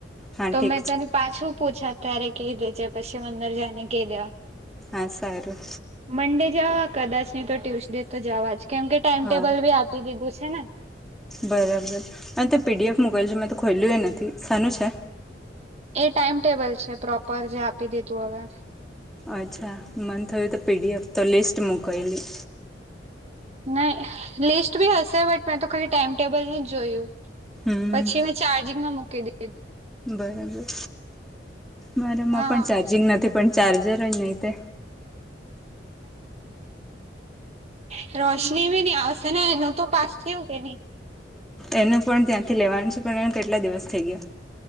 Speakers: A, in the centre; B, on the right (about 35°).
A: હા
B: તો
A: ઠીક
B: મેં તને
A: છે
B: પાછું પૂછા ત્યારે કહી દેજે પછી અંદર જઈને કહી દેવા
A: હા સારું
B: મંડે જવા કદાચ નહી તો ટ્યુસડે તો જવા જ કેમ કે ટાઈમ ટેબલ
A: હા
B: બી આપી દીધું છે ને
A: બરાબર અને તો પીડીએફ મોકલ જે મેં તો ખોલ્યું એ નથી સાનું છે
B: એ ટાઈમ ટેબલ છે પ્રોપર જે આપી દીધું હવે
A: અચ્છા મને થયું તો પીડીએફ તો લિસ્ટ મોકલેલી
B: નહી લિસ્ટ બી હશે બટ મેં તો ખાલી ટાઈમટેબલ નું જ જોયું
A: હમ
B: પછી મે ચાર્જિંગમાં મુકી દી
A: બરાબર મારામાં
B: હા
A: પણ ચાર્જિંગ નથી પણ ચાર્જર જ નહિ તે
B: <inaudible> રોશની ભી નહું આવશે ને એનું તો પાસ થયું કે નહી
A: એનું પણ ત્યાંથી લેવાનું છે પણ એ કેટલા દિવસ થઈ ગયા